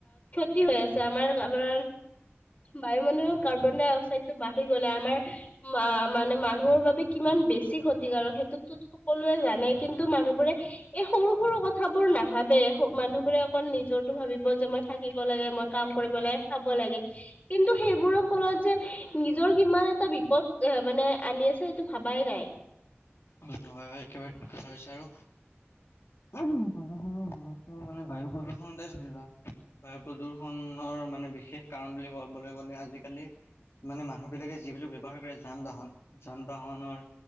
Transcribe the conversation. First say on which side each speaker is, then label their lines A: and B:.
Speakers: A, on the left; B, on the left.
A: হৈ আছে আমাৰ আমাৰ বায়ু মানুহৰ কাৰ্বন ডাই অক্সাইডটো বাঢ়ি গলে আমাৰ মানে মানুহৰ বাবে কিমান বেছি ক্ষতিকাৰক সেইটো সকলোৱে জানে কিন্তু মানুহ বোৰে এই সৰু সৰু কথাবোৰ নাভাবে ভাবে মানুহ বোৰে অকল নিজৰো ভাবিব যে মই থাকিল কাম কৰিব লাগে খাব লাগে কিন্তু সেইবোৰৰ ফলত যে নিজৰ কিমান এটা বিপদ এ মানে আনি আছে সেইটো ভাবাই নাই।
B: হয় হয় হয়। একেবাৰে কথা হৈছে আৰু উহুম প্ৰদূষণৰ গুৰত্ব মানে বায়ু প্ৰদূষণতে ধৰি লোৱা। বায়ু প্ৰদূৰষণৰ মানে বিশেষ কাৰণ বুলি ক'বলৈ গ'লে আজিকালি মানে মানুহ বিলাকে যিবোৰ ব্যয়ৱহাৰ কৰে যান বাহন, যান বাহনৰ